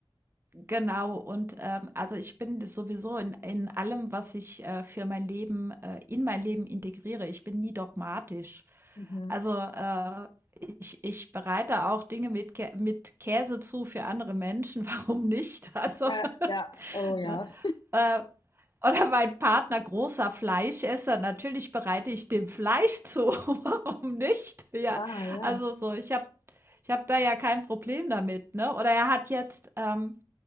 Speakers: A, on the right; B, on the left.
A: Genau, und ähm, also ich bin sowieso in, in allem, was ich äh, für mein Leben, äh, in mein Leben integriere. Ich bin nie dogmatisch.
B: Mhm.
A: Also äh, ich, ich bereite auch Dinge mit, Kä mit Käse zu für andere Menschen. <laughs> Warum nicht? Also,
B: Ja, ja,
A: <laughs>
B: oh ja,
A: ne? äh, oder mein Partner, großer Fleischesser, natürlich bereite ich dem Fleisch zu. <laughs> Warum nicht? Ja,
B: klar, ja.
A: also so, ich habe ich hab da ja kein Problem damit, ne? Oder er hat jetzt, ähm,